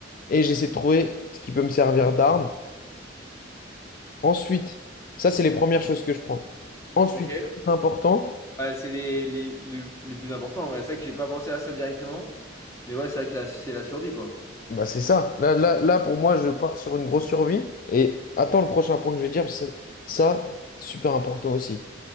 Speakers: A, on the left; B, on the left.
A: Et j'essaie de trouver ce qui peut me servir d'arme. Ensuite, ça, c'est les premières choses que je prends. Ensuite,
B: Ok.
A: très important,
B: Bah, c'est les, les, le- les plus importants en vrai. C'est vrai que j'ai pas pensé à ça directement. Mais ouais, c'est vrai que la- c'est la survie, quoi.
A: bah c'est ça. Là, là, là, pour moi, je pars sur une grosse survie. Et attends le prochain point que je vais dire, parce que ça, super important aussi.